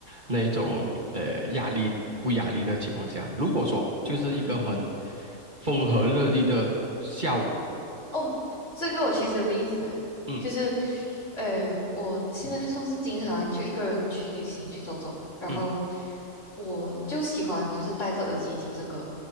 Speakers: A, on the right; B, on the left.
A: 那一种呃压力不压力的情况下，如果说就是一个很
B: 嗯，
A: 风和日丽的下午，
B: 哦，这个我其实有例子诶，
A: 嗯。
B: 就是，呃，我现在算是经常就一个人去旅行去走走，然后
A: 嗯。
B: 我就喜欢就是戴着耳机听这个，